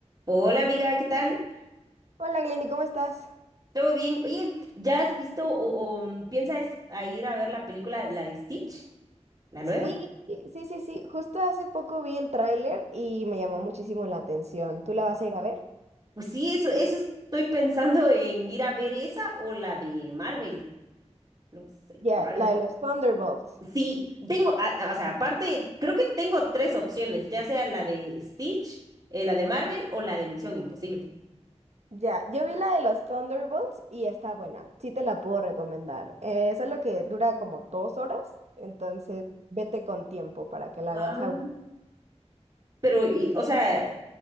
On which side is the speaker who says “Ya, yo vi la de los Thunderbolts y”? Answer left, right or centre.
Right